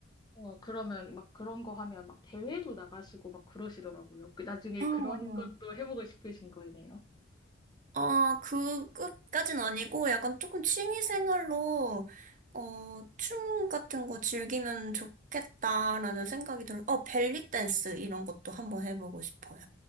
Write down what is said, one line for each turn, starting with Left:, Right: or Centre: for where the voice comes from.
Left: 와, 그러면 막 그런 거 하면 막 대회도 나가시고 막 그러시더라고요. 그 나중에
Right: 아,
Left: 그런
Right: 맞아요.
Left: 것도 해보고 싶으신 거네요.
Right: 아, 그, 끝까진 아니고, 약간 조금 취미 생활로, 어, 춤 같은 거 즐기면 좋겠다라는 생각이 들어. 어, 벨리 댄스 이런 것도 한번 해보고 싶어요.